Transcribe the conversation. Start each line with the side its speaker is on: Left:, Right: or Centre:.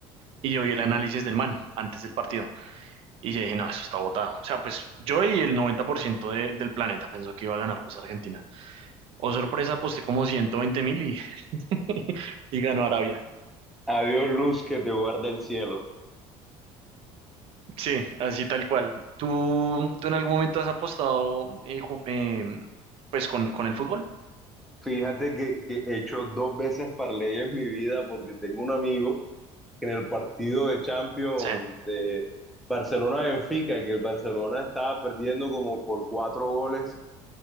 Right: Y yo vi el análisis del man antes del partido. Y yo dije, no, eso está botado. O sea, pues yo y el 90% de- del planeta pensó que iba a ganar pues Argentina. O sorpresa, aposté como ciento veinte mil y, <laughs> y ganó Arabia.
Centre: Adiós luz que te guarda el cielo.
Right: Sí, así tal cual. ¿Tú, tú en algún momento has apostado eh, ju- eh, pues con, con el fútbol?
Centre: Fíjate que, que he hecho dos veces parlay en mi vida porque tengo un amigo que en el partido de Champions
Right: Sí,
Centre: de Barcelona-Benfica, que el Barcelona estaba perdiendo como por cuatro goles,